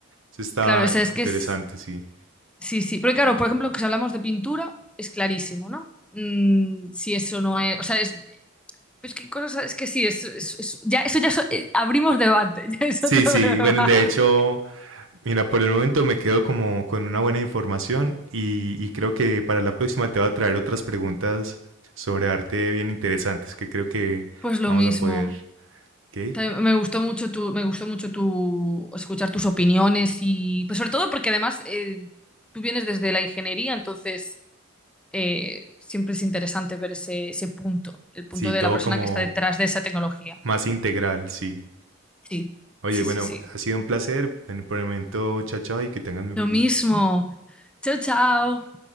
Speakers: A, on the right; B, in the centre.
A: Eso está
B: claro, o sea, es que
A: interesante,
B: es...
A: sí.
B: Sí, sí, porque claro, por ejemplo, que si hablamos de pintura, es clarísimo, ¿no? Mm, si eso no es... O sea, es, Pues qué cosas, es que sí, es, es- es- ya, eso ya so- eh, abrimos debate, <laughs> ya es
A: Sí,
B: otro
A: sí,
B: debate.
A: bueno, de hecho, mira, por el momento me quedo como con una buena información y, y creo que para la próxima te voy a traer otras preguntas sobre arte bien interesantes que creo que
B: Pues lo
A: vamos
B: mismo.
A: a poder, ¿ok?
B: Te- Me gustó mucho tu, me gustó mucho tu escuchar tus opiniones y pues sobre todo porque además eh, tú vienes desde la ingeniería, entonces eh, siempre es interesante ver ese, ese punto, el punto
A: Sí,
B: de
A: todo
B: la persona
A: como
B: que está detrás de esa tecnología.
A: más integral, sí.
B: Sí,
A: Oye,
B: sí,
A: bueno,
B: sí, sí.
A: ha sido un placer. Bueno, por el momento, chao, chao y que tengas muy
B: Lo
A: buen día.
B: mismo. Chao, chao.